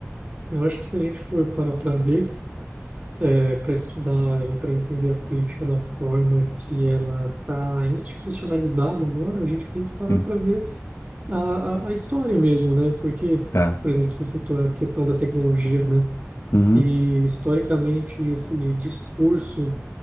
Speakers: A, on the right (about 35°); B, on the left (about 75°).
A: Eu acho que se a gente for parar para ver é, para estudar e para entender a política da forma que ela está institucionalizada agora, a gente tem que parar
B: Sim,
A: para ver a, a, a história mesmo, né? Porque,
B: tá.
A: por exemplo, você citou a questão da tecnologia, né?
B: Uhum,
A: E historicamente esse discurso